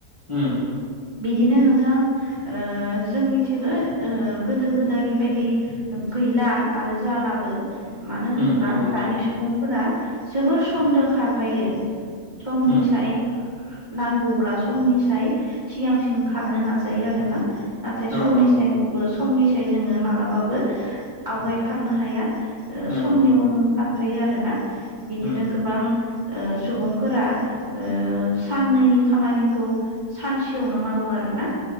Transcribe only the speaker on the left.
उम
उम नंगौ नोंथां
उम
औ नंगौ
नंगौ
नोंथां
उम